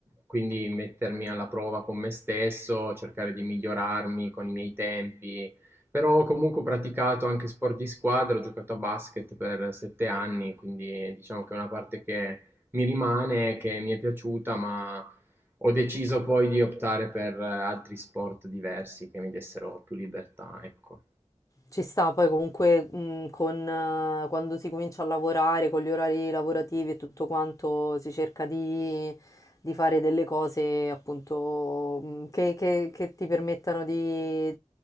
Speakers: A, on the right; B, on the left.
A: quindi mettermi alla prova con me stesso, cercare di migliorarmi con i miei tempi, però ho comunque praticato anche sport di squadra, ho giocato a basket per sette anni, quindi diciamo che è una parte che mi rimane, che mi è piaciuta, ma ho deciso poi di optare per eh, altri sport diversi che mi dessero più libertà, ecco.
B: Ci sta, poi comunque mh, con, eh, quando si comincia a lavorare, con gli orari lavorativi e tutto quanto, si cerca di, di fare delle cose appunto mh, che, che- che ti permettano di...